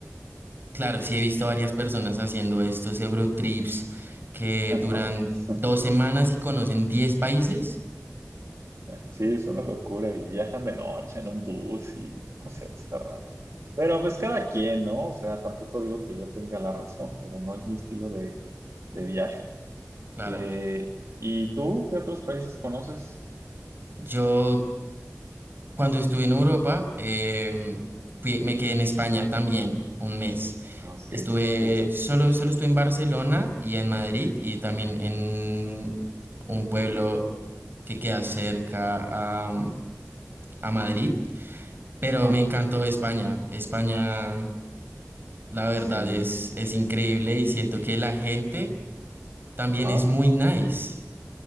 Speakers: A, on the right; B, on the right.
A: Claro, sí he visto varias personas haciendo estos Eurotrips que
B: Ajá.
A: duran
B: <laughs>
A: dos semanas y conocen 10 países.
B: Sí, es una locura y viajan de noche en un bus y no sé, está raro. Pero pues cada quien, ¿no? O sea, tampoco digo que yo tenga la razón, pero no es mi estilo de de viaje.
A: Claro,
B: Eh, ¿y tú qué otros países conoces?
A: yo cuando estuve en Europa, em, fui- me quedé en España también un mes.
B: Ah, ok,
A: Estuve,
B: súper.
A: solo, solo estuve en Barcelona y en Madrid y también en un pueblo que queda cerca a, a Madrid, pero
B: Ajá.
A: me encantó España. España La verdad
B: Sí,
A: es, es increíble y siento que la gente también
B: ajá.
A: es muy nice.